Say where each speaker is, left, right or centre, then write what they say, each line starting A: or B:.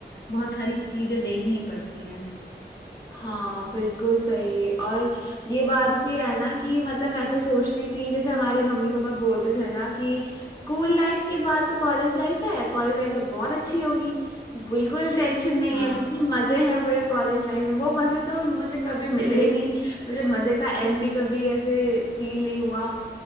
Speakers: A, on the left (about 65°); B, on the left (about 20°).
A: बहुत सारी चीजें देखनी पड़ती हैं
B: हाँ बिल्कुल सही और ये बात भी है ना कि मतलब मैं तो सोचती थी जैसे हमारे मम्मी पापा बोलते थे ना कि स्कूल लाइफ के बाद तो कॉलेज लाइफ है कॉलेज लाइफ तो बहुत अच्छी होगी बिल्कुल टेंशन नहीं
A: हाँ।
B: है बिल्कुल मजे हैं पूरे कॉलेज लाइफ में वो मजे तो मुझे कभी मिले ही नहीं मुझे मजे का एम भी कभी ऐसे फील नहीं हुआ